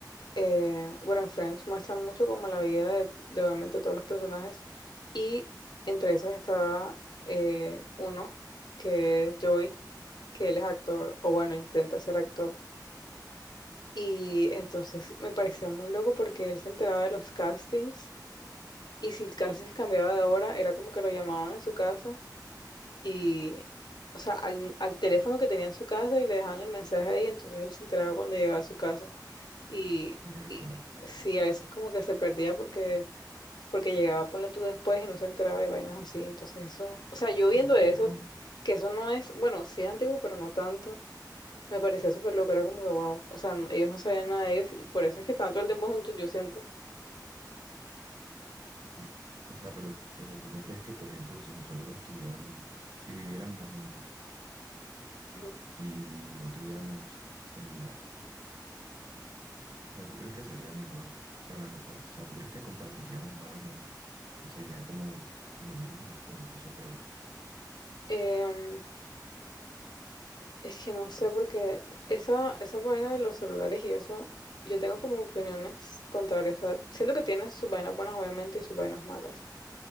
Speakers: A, on the left; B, on the right.
A: eh, bueno, en Friends muestra mucho como la vida de, de obviamente todos los personajes y entre esas estaba eh, uno que es Joey, que él es actor, o bueno, intenta ser actor. Y entonces me parecía muy loco porque él se enteraba de los castings y si el casting cambiaba de hora, era como que lo llamaban en su casa y, o sea, al, al teléfono que tenía en su casa y le dejaban el mensaje ahí, entonces él se enteraba cuando llegaba a su casa. Y,
B: miércoles,
A: y sí, a veces como que se perdía porque, porque llegaba, ponle tú después y no se enteraba y vainas así. Entonces eso, o sea, yo viendo
B: qué chicharrón.
A: eso, que eso no es, bueno, sí es antiguo, pero no tanto. Me parecía súper loco, era como que wow. O sea, no- ellos no sabían nada de ellos y por eso es que estaban todo el tiempo juntos, yo siento.
B: Y, o sea, pero, pero tú no crees que, por ejemplo, si nosotros estuviéramos, si viviéramos juntos
A: Ujú.
B: y no tuviéramos celular, O sea, ¿tú crees que sería mejor para nosotros? O sea, ¿tú crees que compartiríamos más o, o sería como lo mismo o incluso peor?
A: Em, es que no sé, porque esa, esa vaina de los celulares y eso, yo tengo como opiniones contrarias. O sea, siento que tiene sus vainas buenas, obviamente, y sus vainas malas.